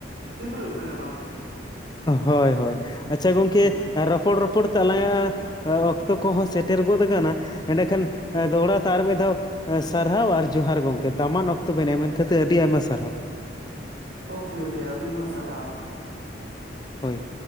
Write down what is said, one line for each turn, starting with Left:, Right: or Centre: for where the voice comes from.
Right: ᱥᱤᱵᱤᱞ ᱩᱫᱽ ᱠᱟᱱᱟ ᱱᱚᱣᱟ ᱫᱚ᱾
Left: ᱦᱳᱭ ᱦᱳᱭ, ᱟᱪᱪᱷᱟ ᱜᱚᱝᱠᱮ
Right: ᱦᱩᱸ
Left: ᱨᱚᱯᱚᱲ ᱨᱚᱯᱚᱲ ᱛᱮ ᱟᱞᱟᱝᱟᱜ ᱚᱠᱛᱚ ᱠᱚᱦᱚᱸ ᱥᱮᱴᱮᱨ ᱜᱚᱫ ᱟᱠᱟᱱᱟ, ᱮᱸᱰᱮᱠᱷᱟᱱ
Right: ᱦᱩᱸ
Left: ᱫᱚᱦᱲᱟᱛᱮ ᱟᱨ ᱢᱤᱫ ᱫᱷᱟᱣ ᱥᱟᱨᱦᱟᱣ ᱟᱨ ᱡᱚᱦᱟᱨ ᱜᱚᱢᱠᱮ, ᱫᱟᱢᱟᱱ ᱚᱠᱛᱚ ᱵᱮᱱ ᱮᱢ ᱢᱮᱱ ᱠᱟᱹᱛᱤᱨ ᱟᱹᱰᱤ ᱟᱭᱢᱟ ᱥᱟᱨᱦᱟᱣ᱾
Right: ᱳᱠᱮ ᱳᱠᱮ ᱟᱹᱵᱤᱱ ᱦᱚᱸ ᱥᱟᱨᱦᱟᱣ᱾
Left: ᱦᱳᱭ᱾